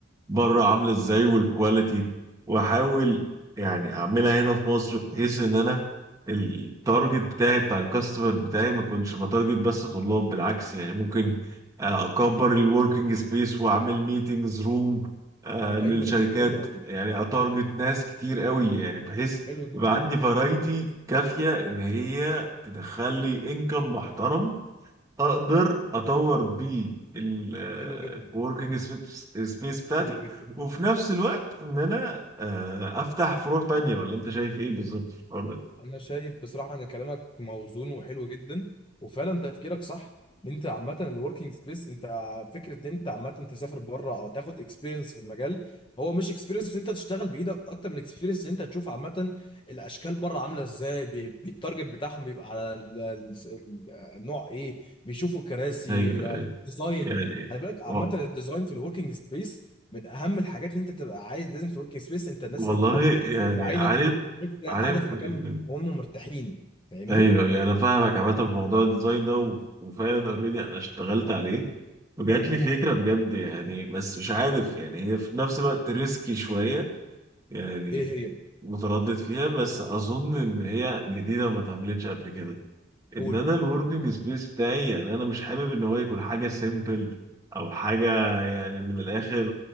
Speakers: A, on the right; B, on the left.
A: بره عاملة ازاي والكواليتي واحاول يعني اعملها هنا في مصر بحيث ان انا التارجت بتاعي بتاع الكاستمر بتاعي ما كنتش بتارجت بس طلاب بالعكس يعني ممكن آه، اكبر الوركينج سبيس واعمل ميتينجز روم للشركات
B: ايوه حلو قوي
A: يعني اتارجت ناس كتير قوي يعني بحيث
B: حلو جدا
A: يبقى عندي فرايتي
B: حلو جدا
A: كافية ان هي تدخل لي انكم محترم اقدر اطور بيه الوركينج
B: حلو جدا
A: سبيس بتاعتي
B: حلو جدا
A: وفي نفس الوقت ان انا آه، افتح فروع تانية ولا انت شايف ايه بالظبط في الحوار ده؟
B: انا شايف بصراحه ان كلامك موزون وحلو جدا وفعلا تفكيرك صح ان انت عامه الوركينج سبيس انت فكره ان انت عامه تسافر بره او تاخد اكسبيرينس في المجال هو مش اكسبيرينس ان انت تشتغل بايدك اكتر من اكسبيرينس ان انت تشوف عامه الاشكال بره عامله ازاي بي- بالتارجت بتاعهم بيبقى على ال- ال- النوع ايه بيشوفوا الكراسي
A: ايوه
B: ال- الديزاين
A: يعني
B: خلي بالك عامه
A: و-
B: الديزاين في الوركينج سبيس من اهم الحاجات ان انت تبقى عايز لازم في الوركينج سبيس انت الناس
A: والله
B: اللي بتروح
A: يعني
B: تبقى عايزه
A: عارف
B: تحس انها
A: عارف
B: قاعده في
A: من-
B: مكان وهم مرتاحين فاهمني
A: ايوه يعني انا فاهمك عامه في موضوع الديزاين ده و- وفعلا اوريدي انا اشتغلت عليه وجات لي
B: مم.
A: فكره بجد يعني بس مش عارف يعني هي في نفس الوقت ريسكي شويه يعني
B: ايه هي
A: متردد فيها بس اظن ان هي جديده وما اتعملتش قبل كده
B: قول
A: ان انا الوركينج سبيس بتاعي يعني انا مش حابب ان هو يكون حاجه سيمبل او حاجه يعني من الاخر